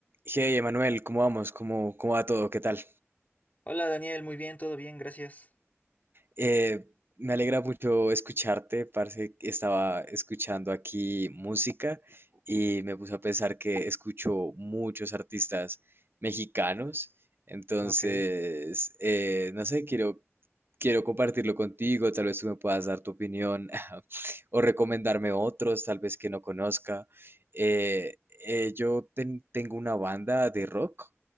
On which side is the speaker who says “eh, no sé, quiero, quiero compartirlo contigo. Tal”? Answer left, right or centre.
Right